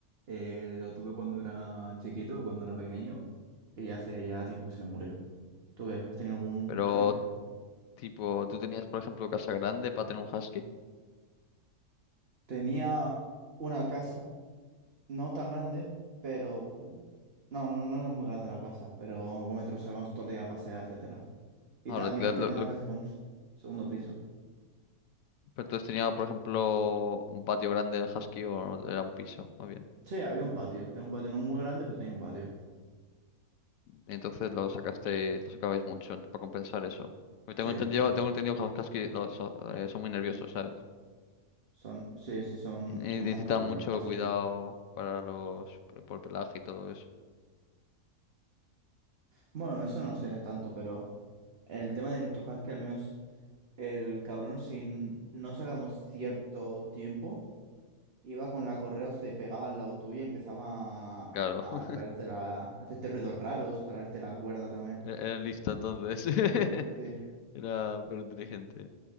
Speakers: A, on the right (about 45°); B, on the left (about 70°).
A: eh, lo tuve cuando era chiquito, cuando era pequeño, y hace ya tiempo que se murió. ¿Tú qué? ¿Has tenido algún
B: Pero,
A: perro o qué?
B: tipo, ¿tú tenías, por ejemplo, casa grande para tener un husky?
A: Tenía una casa No tan grande, pero... No, no, no era muy grande la casa, pero un metro salíamos todo el día a pasear, etcétera. Y
B: Ahora,
A: también
B: lo- lo-
A: tiene una
B: lo-
A: casa con s- segundo piso.
B: pero tú has por ejemplo, un patio grande del husky o era un piso, más bien.
A: Sí, había un patio. Tenía un patio no muy grande, pero tenía un patio.
B: Entonces lo sacaste, lo sacabais mucho para compensar eso. Porque Tengo
A: Sí,
B: entendido,
A: exacto.
B: tengo entendido que los husky los, so- eh, son muy nerviosos, ¿sabes?
A: Son, sí, sí, son,
B: Ne-
A: son
B: Necesitaba
A: unos cabrones
B: mucho
A: los huskies.
B: cuidado para los por pelaje y todo eso.
A: Bueno, eso no sé tanto, pero el tema de nuestros huskies, al menos el cabrón, si n- no sacamos cierto tiempo. Iba con la correa, o se te pegaba al lado tuyo y empezaba a,
B: Claro,
A: a
B: <laughs>
A: traerte la, a hacerte ruidos raros o traerte la cuerda también.
B: era era lista entonces. <laughs>
A: Sí,
B: Era pero inteligente.